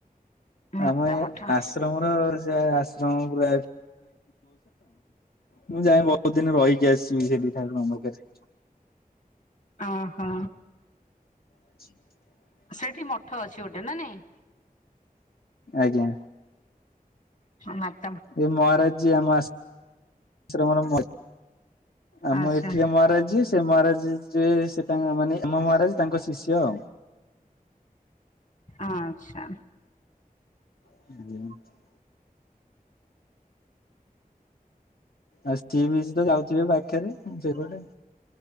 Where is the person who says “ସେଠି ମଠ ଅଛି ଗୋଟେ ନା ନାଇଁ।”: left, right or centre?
Left